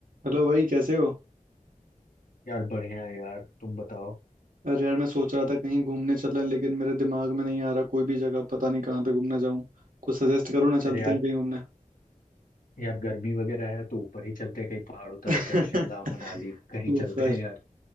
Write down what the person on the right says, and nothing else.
Hello भाई कैसे हो
अरे यार मैं सोच रहा था कहीं घूमने चलें लेकिन मेरे दिमाग में नहीं आ रहा कोई भी जगह पता नहीं कहाँ पे घूमने जाऊं कुछ सजेस्ट करो ना चलते
हैं कहीं घूमने
<laughs>
ऊपर